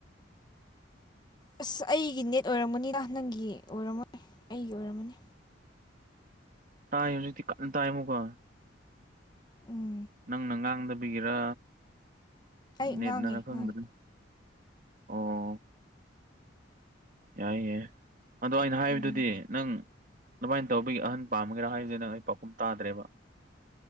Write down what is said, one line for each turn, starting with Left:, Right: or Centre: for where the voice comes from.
Left: ꯑꯁ ꯑꯩꯒꯤ ꯅꯦꯠ ꯑꯣꯏꯔꯝꯃꯅꯤꯗꯥ ꯅꯪꯒꯤ ꯑꯣꯏꯔꯝꯃꯣꯏ ꯑꯩꯒꯤ ꯑꯣꯏꯔꯝꯃꯅꯤ
Right: ꯇꯥꯏ ꯍꯧꯖꯤꯛꯇꯤ ꯀꯟꯅ ꯇꯥꯏ ꯃꯨꯛꯀꯥ
Left: ꯎꯝ
Right: ꯅꯪꯅ ꯉꯥꯡꯗꯕꯒꯤꯔ
Left: ꯑꯩ
Right: ꯅꯦꯠꯅꯔ
Left: ꯉꯥꯡꯉꯦ
Right: ꯈꯪꯗ꯭ꯔꯦ
Left: ꯉꯥꯡꯉꯦ
Right: ꯑꯣ ꯌꯥꯏꯌꯦ ꯑꯗꯣ ꯑꯩꯅ ꯍꯥꯏꯕꯗꯨꯗꯤ
Left: ꯎꯝ
Right: ꯅꯪ ꯑꯗꯨꯃꯥꯏꯅ ꯇꯧꯕꯒꯤ ꯑꯍꯟ ꯄꯥꯝꯃꯒꯦꯔꯥ ꯍꯥꯏꯕꯅꯤꯅ ꯑꯩ ꯄꯥꯎꯈꯨꯝ ꯇꯥꯗ꯭ꯔꯦꯕ